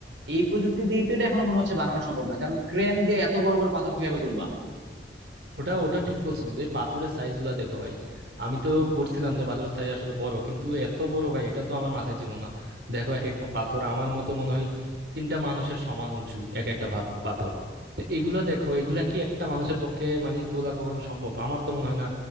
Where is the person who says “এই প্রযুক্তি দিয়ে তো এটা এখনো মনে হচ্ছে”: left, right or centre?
Right